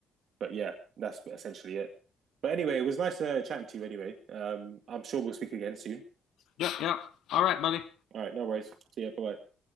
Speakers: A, on the right; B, on the left.
A: but yeah, that's essentially it. But anyway, it was nice uh, chatting to you. Anyway, um, I'm sure we'll speak again soon.
B: Yep, yep. All right, buddy.
A: All right, no worries. See ya. Bye bye.